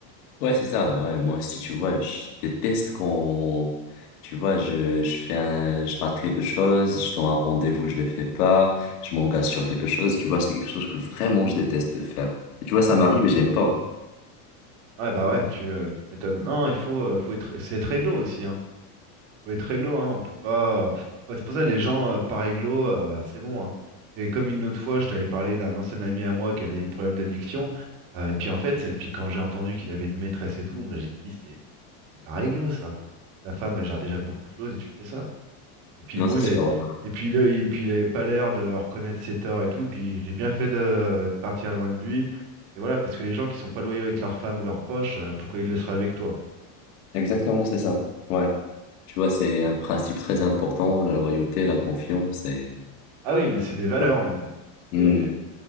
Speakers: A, on the left; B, on the right.
A: Ouais, c'est ça. Ouais, moi aussi, tu vois, je déteste quand, tu vois, je, je fais un, je rate quelque chose, je donne un rendez-vous, je le fais pas, je m'engage sur quelque chose, tu vois, c'est quelque chose que vraiment je déteste faire. Et tu vois, ça m'arrive et j'aime pas.
B: Ouais, bah ouais, tu, euh, tu m'étonnes. Non, il faut, euh, faut être, c'est être réglo aussi, hein. Il faut être réglo, hein. On peut pas. enfin, c'est pour ça les gens euh, par réglo, euh, c'est bon, hein. C'est comme une autre fois, je t'avais parlé d'un ancien ami à moi qui avait des problèmes d'addiction. euh, et puis en fait, et puis quand j'ai entendu qu'il avait une maîtresse et tout, moi j'ai dit c'est c'est pas réglo ça. Ta femme, elle gère déjà beaucoup de choses et tu fais ça. Et puis
A: Non,
B: bon,
A: c'est
B: il
A: sûr.
B: a,
A: ouais.
B: et puis là, et puis il avait pas l'air de reconnaître ses torts et tout. Et puis j'ai bien fait de, de partir loin de lui. Et voilà, parce que les gens qui sont pas loyaux avec leur femme ou leurs proches, euh, pourquoi ils le seraient avec toi?
A: Exactement, c'est ça. Ouais. Tu vois, c'est un principe très important, la loyauté, la confiance et...
B: Ah oui, mais c'est des valeurs
A: Ouais.
B: même.
A: Hmm.
B: C'est,